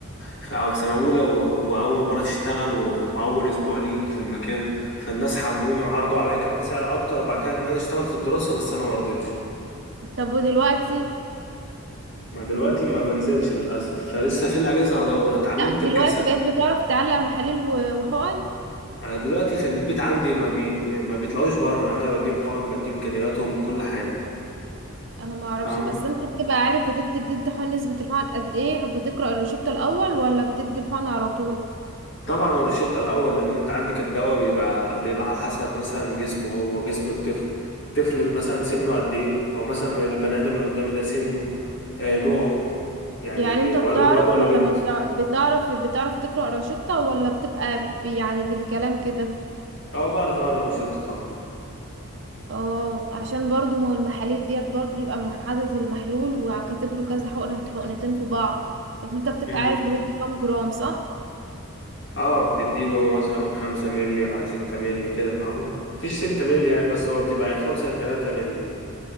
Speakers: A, on the left (about 55°); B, on the right (about 55°).
A: في سنه اولى و... واول مره تشتغل و... واول اسبوع ليك في المكان فالناس حبوني وعرضوا عليا كمان سعر اكتر بعد كده ان انا اشتغل في الدراسه بس انا ما رضيتش
B: طب ودلوقتي
A: ما دلوقتي ما بنزلش للاسف فلسه في الاجازه هدور اتعلمت
B: لا دلوقتي
A: الكسل
B: بقيت بتعرف تعلق محاليل و- وحقن
A: انا دلوقتي في البيت عندي ما, بي... ما بيطلعوش بره انا بديهم حقن بديهم كانيلاتهم كل حاجه
B: انا ما اعرفش
A: فاهمة
B: بس انت بتبقى عارف بتدي بتدي حقن نسبة الحقن قد ايه بتقرأ الروشتة الاول ولا بتدي الحقن على طول
A: طبعا الروشتة الأول لأن أنت عندك الدواء بيبقى بيبقى على حسب مثلا جسمه هو جسم الطفل الطفل مثلا سنه قد إيه أو مثلا البني آدم اللي قدامي ده سنه آه نوعه يعني
B: يعني انت
A: واد
B: بتعرف
A: واد ولا
B: ولا
A: بنت
B: ما بتع... بتعرف بتعرف تقرأ روشتة ولا بتبقى ب- يعني بالكلام كده
A: أه بعرف أقرا الروشتة طبعا
B: اه عشان برضو ما هو المحاليل ديت برضو بيبقى مع حاطط المحلول وكاتب له كذا حقنة حقنتين في بعض فانت بتبقى
A: امم
B: عارف بتدي كام جرام صح
A: أه بتديله مثلا خمسة مللي على ستة مللي كده فاهمة مفيش ستة مللي يعني بس هو بتبقى يا خمسة يا تلاتة مللي